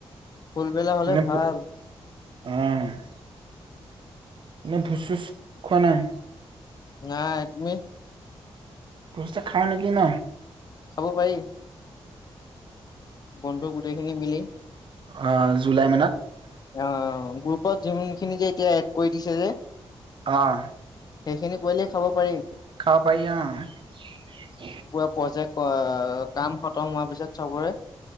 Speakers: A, on the left; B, on the right.
A: ফুলবেলা হ'লে
B: এনে
A: ভাল।
B: অ'! এই ভোজ-চোচ খোৱা নায়।
A: নাই তুমি?
B: ভোদটো খাওঁ নেকি ন?
A: চাব পাৰি। বন্ধু গোটেইখিনি মিলি।
B: অ'! জুলাই মানত।
A: অ'! গ্ৰুপত যোনখিনি যে, এতিয়া এড কৰি দিছে যে।
B: অ'!
A: সেইখিনি কৰিলে খাব পাৰি।
B: খাব পাৰি। অ'!
A: পুৰা প্ৰজেক্ট অ'! কাম খতম হোৱাৰ পিছত চবৰে